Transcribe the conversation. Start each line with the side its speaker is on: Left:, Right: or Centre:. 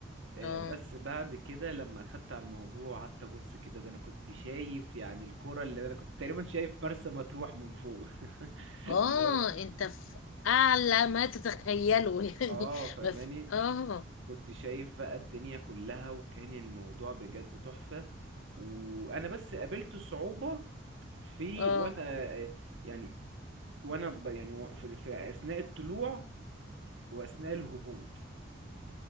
Right: آه،
Left: اه
Right: بس بعد كده لما اخدت على الموضوع قعدت ابص كده ده انا كنت شايف يعني الكرة اللي انا كنت تقريبا شايف مرسى مطروح من فوق <laughs>
Left: اه
Right: اللي هو
Left: انت في اعلى ما تتخيله <laughs> يعني
Right: اه فماني
Left: ما في اه
Right: كنت شايف بقى الدنيا كلها وكان الموضوع بجد تحفة وانا بس قابلت صعوبة في
Left: اه
Right: وانا آه، يعني وانا ب- يعني و- في, في اثناء الطلوع واثناء الهبوط